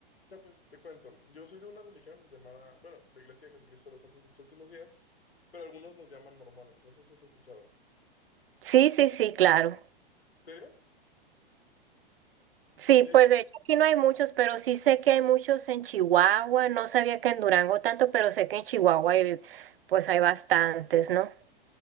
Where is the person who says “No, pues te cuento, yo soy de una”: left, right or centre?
Left